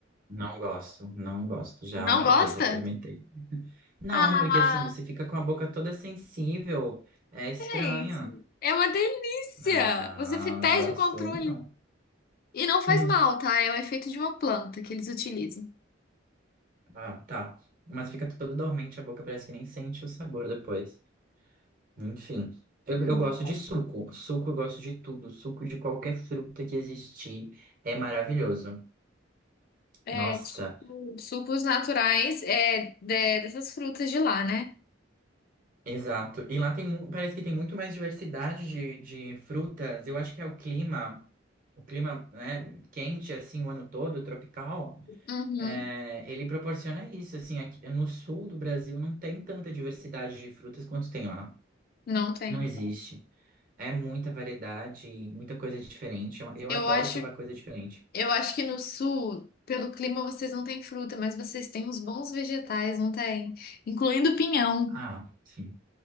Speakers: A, on the right; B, on the left.
A: não gosto, não gosto. Já
B: Não
A: provei,
B: gosta?
A: já experimentei. Não,
B: Ah!
A: porque assim, você fica com a boca toda sensível, é estranha.
B: Gente, é uma delícia!
A: Ah,
B: Você fi- perde
A: não gostou,
B: o controle.
A: não.
B: E não faz
A: <laughs>
B: mal, tá? É o efeito de uma planta que eles utilizam.
A: Ah, tá. Mas fica toda dormente a boca, parece que nem sente o sabor depois. Enfim, eu,
B: Hum.
A: eu gosto de suco. Suco eu gosto de tudo. Suco de qualquer fruta que existir é maravilhoso.
B: É,
A: Nossa,
B: tipo, sucos naturais é, de- dessas frutas de lá, né?
A: exato. E lá tem, mu- parece que tem muito mais diversidade de, de frutas. Eu acho que é o clima, o clima, né, quente assim o ano todo, tropical.
B: Uhum.
A: É, ele proporciona isso, assim, aqui no sul do Brasil não tem tanta diversidade de frutas quanto tem lá.
B: Não tem.
A: Não existe. É muita variedade, muita coisa diferente. Eu, eu
B: Eu
A: adoro
B: acho,
A: provar coisa diferente.
B: eu acho que no sul, pelo clima, vocês não têm fruta, mas vocês têm uns bons vegetais, não tem? Incluindo pinhão.
A: Ah, sim.